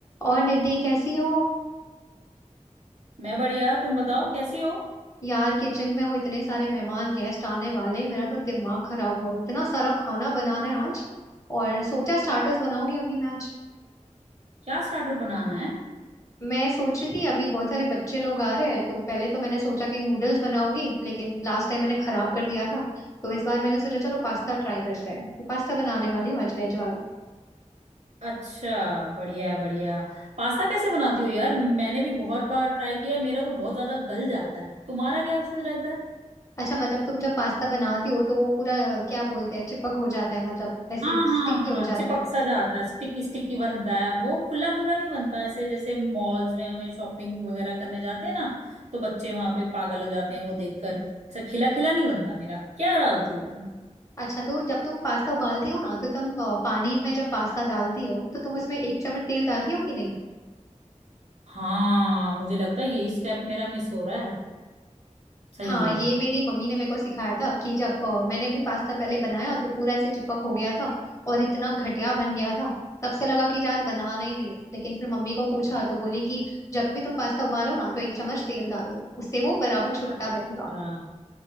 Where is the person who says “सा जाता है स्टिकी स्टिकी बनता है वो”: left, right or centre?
Right